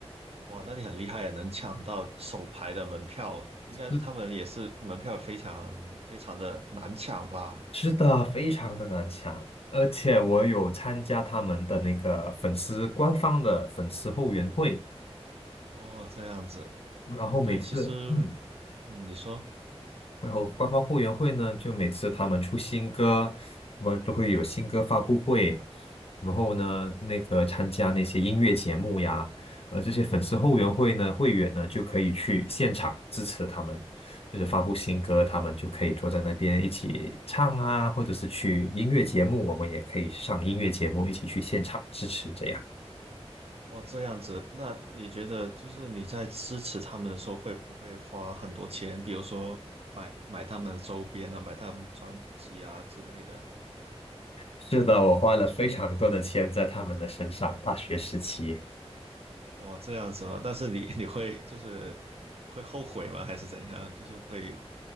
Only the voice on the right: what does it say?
哇，那你很厉害啊，能抢到首排的门票，应该他们也是门票非常非常的难抢吧？
哦，这样子。
对，其实，
嗯，你说，
哦，这样子，那你觉得就是你在支持他们的时候，会不会花很多钱？比如说买买他们的周边啊，买他们专辑啊之类的。
哦，这样子吗？但是你 <laughs> 你会就是会后悔吗？还是怎样？就是会